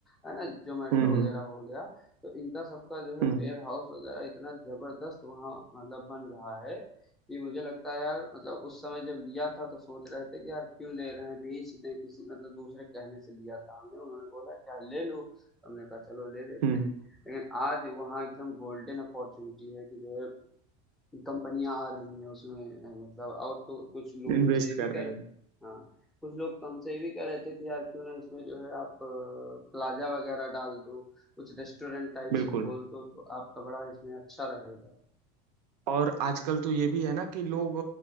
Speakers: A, in the centre; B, on the right.
A: है ना जोमेटो
B: हम्म
A: वगैरह हो गया तो इनका सबका जो है
B: हम्म
A: वेयर हाउस वगैरह इतना जबरदस्त वहाँ मतलब बन रहा है कि मुझे लगता है यार मतलब उस समय जब लिया था तो सोच रहे थे कि यार क्यों ले रहे हैं बेच दें किसी मतलब दूसरे कहने से लिया था हमने उन्होंने बोला कि यार ले लो तो हमने कहा चलो ले लेते
B: हम्म
A: हैं लेकिन आज वहाँ एकदम गोल्डन अपॉर्चुनिटी है कि जो है कंपनियां आ रही हैं उसमें नहीं मतलब और तो कुछ लोग
B: इन्वेस्ट
A: हमसे ये
B: कर
A: भी कह
B: रहे हैं
A: रहे हाँ कुछ लोग तो हमसे ये भी कह रहे थे कि यार क्यों ना इसमें जो है आप प्लाजा वगैरह डाल दो कुछ रेस्टोरेंट टाइप
B: बिल्कुल
A: से खोल दो तो आपका बड़ा इसमें अच्छा रहेगा
B: और आजकल तो ये भी है ना कि लोग